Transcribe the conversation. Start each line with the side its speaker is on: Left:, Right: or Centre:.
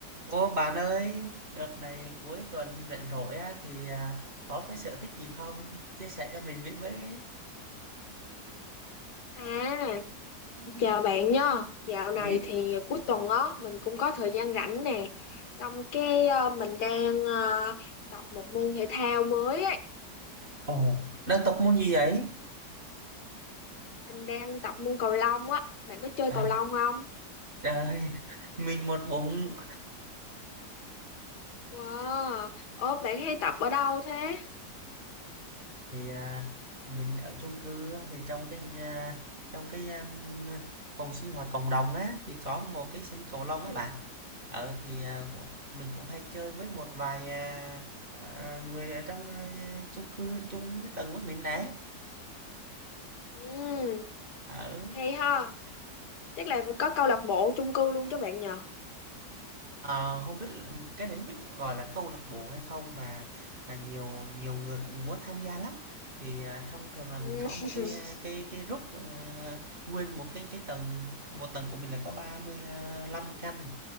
Right: Ô bạn ơi, đợt này cuối tuần rảnh rỗi á, thì à, có cái sở thích gì không? Chia sẻ cho mình biết với.
Left: À, chào bạn nha. Dạo
Right: Ừ.
Left: này thì cuối tuần á mình cũng có thời gian rảnh nè. Xong cái ờ, mình đang ờ, tập một môn thể thao mới ấy.
Right: Ồ, đang tập môn gì ấy?
Left: Mình đang tập môn cầu lông á. Bạn có chơi
Right: À,
Left: cầu lông không?
Right: trời, <laughs> mình một bụng
Left: Wow. Ủa bạn hay tập ở đâu thế?
Right: thì à, mình ở chung cư á, thì trong cái nhà, trong cái um, phòng sinh hoạt cộng đồng á thì có một cái sân cầu lông
Left: Ừ.
Right: á bạn. Ờ thì à, cũng- mình cũng hay chơi với một vài à, à, người ở trong à, chung cư chung với tầng với mình nè.
Left: Ừ,
Right: Ở,
Left: hay ha. Chắc là có câu lạc bộ chung cư luôn cho bạn nhờ.
Right: ờ, không biết cái này không biết gọi là câu lạc bộ hay không mà, à, nhiều nhiều người cũng muốn tham gia lắm. Thì, à, thông thường là
Left: Ừ.
Right: mình
Left: <laughs>
Right: có một cái, à, cái cái group, ờ, nguyên một cái cái tầng một tầng của mình là có ba mươi lăm căn.